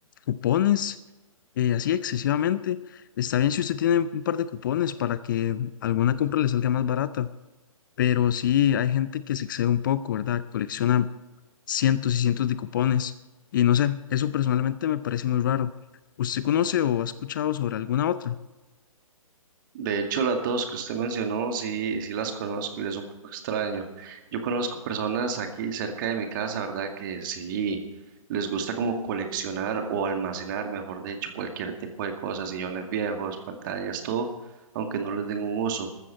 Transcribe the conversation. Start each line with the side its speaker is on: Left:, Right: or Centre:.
Left: cupones eh, así excesivamente. Está bien si usted tiene un par de cupones para que alguna compra le salga más barata. Pero sí, hay gente que se excede un poco, ¿verdad? Colecciona cientos y cientos de cupones. Y no sé, eso personalmente me parece muy raro. ¿Usted conoce o ha escuchado sobre alguna otra?
Right: De hecho, las dos que usted mencionó, sí, sí las conozco y es un poco extraño. Yo conozco personas aquí cerca de mi casa, ¿verdad? Que sí les gusta como coleccionar o almacenar, mejor dicho, cualquier tipo de cosas, sillones viejos, pantallas, todo, aunque no les den un uso.